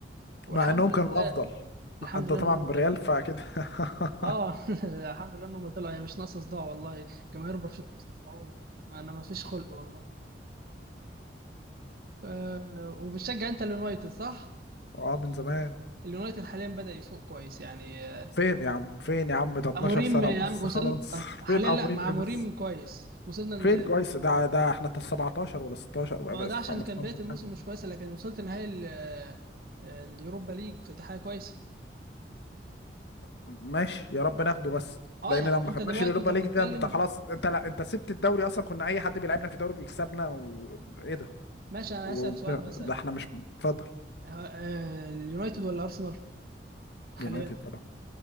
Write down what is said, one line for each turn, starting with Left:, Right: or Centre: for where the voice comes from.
Right: والحمد
Left: مع انهم
Right: لله
Left: كانوا افضل
Right: الحمد
Left: <laughs> انت
Right: لله
Left: طبعا
Right: انهم
Left: بالريال
Right: طلعوا
Left: فاكيد <laughs>
Right: اه <laughs> الحمد لله انهم طلعوا هي مش ناقصه صداع والله جماهير برشلونه بتسمعونا. انا ما فيش خلق والله ف... وبتشجع انت اليونايتد صح؟
Left: اه من زمان
Right: اليونايتد حاليا بدأ يفوق كويس يعني آه،
Left: فين يا عم فين يا عم ده 12
Right: اموريم
Left: سنة
Right: يا
Left: ونص
Right: عم وصلنا
Left: خلاص <laughs>
Right: حاليا
Left: فين ابو
Right: لا
Left: ريم
Right: مع
Left: ايه
Right: اموريم
Left: بس
Right: كويس وصلنا
Left: فين
Right: ل...
Left: كويس ده ده احنا 17 ولا 16 ولا
Right: ما هو ده
Left: 15
Right: عشان كان بدايه الموسم
Left: حاجة
Right: مش كويسه لكن وصلت نهائي ال- آه، اليوروبا ليج فدي حاجه كويسه
Left: ماشي يا رب ناخده بس
Right: اه
Left: لان
Right: يعني
Left: لو ما
Right: انت
Left: خدناش
Right: دلوقتي
Left: اليوروبا
Right: انت
Left: ليج
Right: بتتكلم
Left: ده انت خلاص انت لا انت سبت الدوري اصلا كنا اي حد بيلعبنا في الدوري بيكسبنا وايه ده
Right: ماشي انا
Left: و...
Right: هسألك سؤال مثلا
Left: ده احنا مش اتفضل
Right: آه، آه، اليونايتد ولا ارسنال حاليا
Left: يونايتد طبعا